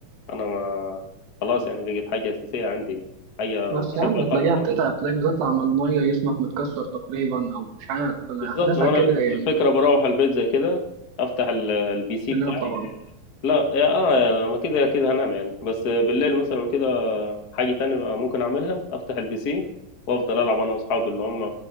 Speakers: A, on the left; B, on the right.
A: انا ما خلاص يعني بقت حاجة اساسية عندي حاجة
B: بس
A: بحبها
B: يا عم
A: خالص
B: تلاقيها
A: كمان
B: بتتعب تلاقيك بتطلع من المية جسمك متكسر تقريبا أو مش عارف أنا
A: بالظبط
B: حاسسها
A: ما انا
B: كده يعني
A: الفكرة بروح البيت زي كده افتح ال- البي سي
B: تنام
A: بتاعي
B: طبعا
A: لا يا اه ما كده كده هنام يعني بس بالليل مثلا حاجة تانية بقى ممكن أعملها أفتح البي سي وأفضل ألعب أنا وأصحابي اللي هم